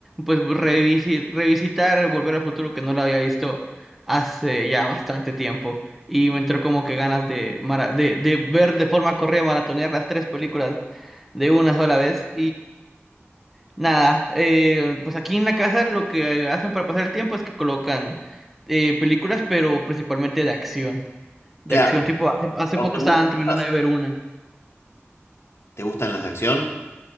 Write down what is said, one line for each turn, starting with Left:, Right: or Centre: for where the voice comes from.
Centre: pues revisi- revisitar Volver al Futuro, que no lo había visto hace ya bastante tiempo. Y me entró como que ganas de, mara- de, de ver de forma correa, maratonear las tres películas de una sola vez. Nada, eh, pues aquí en la casa lo que hacen para pasar el tiempo es que colocan eh, películas, pero principalmente de acción. De
Left: Claro.
Centre: acción, tipo, hace, hace
Left: ¿A
Centre: poco
Left: vos te
Centre: estaban
Left: gustas?
Centre: terminando de ver una.
Left: ¿Te gustan las de acción?